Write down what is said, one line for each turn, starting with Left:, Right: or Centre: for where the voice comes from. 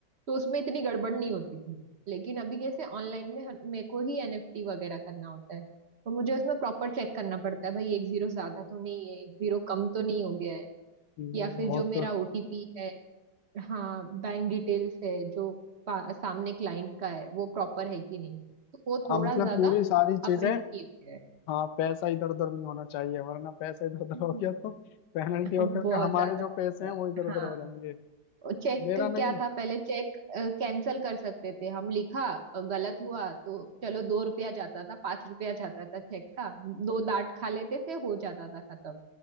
Right: तो उसमें इतनी गड़बड़ नहीं होती थी लेकिन अभी जैसे ऑनलाइन में हम- मेरे को ही एनएफटी वगैरह करना होता है तो मुझे उसमें प्रॉपर चेक करना पड़ता है भाई एक जीरो ज्यादा तो नहीं है एक जीरो कम तो नहीं हो गया है
Left: हम्म,
Right: या फिर
Left: बहुत
Right: जो मेरा ओटीपी है हाँ बैंक डिटेल्स है जो पा- सामने क्लाइंट का है वो प्रॉपर है कि नहीं तो वो थोड़ा
Left: हाँ मतलब
Right: ज्यादा
Left: पूरी सारी
Right: अब
Left: चीजें
Right: रिस्की हो गया है
Left: हाँ पैसा इधर उधर नहीं होना चाहिए वरना पैसा इधर उधर
Right: हम्म।
Left: हो गया तो पेनल्टी
Right: <laughs>
Left: होकर
Right: बहुत
Left: के हमारे
Right: ज्यादा
Left: जो
Right: नुकसान
Left: पैसे हैं वो इधर उधर
Right: हाँ
Left: हो जाएंगे
Right: चेक
Left: मेरा नहीं
Right: क्या था पहले चेक कैंसल कर सकते थे हम लिखा अ, गलत हुआ तो चलो दो रुपया जाता था पांच रुपया जाता था चेक का दो डांट खा लेते थे हो जाता था खत्म